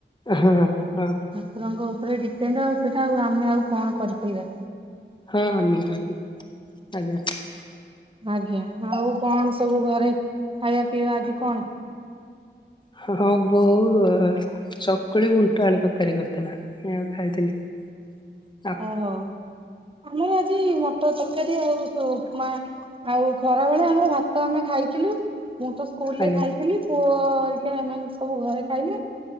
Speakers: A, on the left; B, on the right.
A: ହଁ ହଁ।
B: ଠାକୁରଙ୍କ ଉପରେ ଡ଼ିପେଣ୍ଡ ଆଉ ସେଇଟା ଆଉ ଆମେ ଆଉ କଣ କରିପାରିବା?
A: ହଁ ନିହାତି ଆଜ୍ଞା।
B: ଆଜ୍ଞା ଆଉ କଣ ସବୁ ଘରେ ଖାଇବା ପିଇବା ଆଜି କଣ?
A: ହଁ ହ ବୋଉ ଚକୁଳି ବୁଟ ଆଳୁ ତରକାରୀ କରିଥିଲା ସେୟାକୁ ଖାଇଥିଲି। <inaudible>
B: ଓହୋଉ ଆମର ଆଜି ମଟର ତରକାରୀ ଆଉ ଉପ ଉପମା। ଆଉ ଖରା ବେଳେ ଆମ ଭାତ ଆମେ ଖାଇଥିଲୁ। ମୁଁ ତ ସ୍କୁଲରେ
A: ଆଜ୍ଞା
B: ଖାଇଥିଲି ପୁଅ ହେରିକା ଏମାନେ ସବୁ ଘରେ ଖାଇଲେ।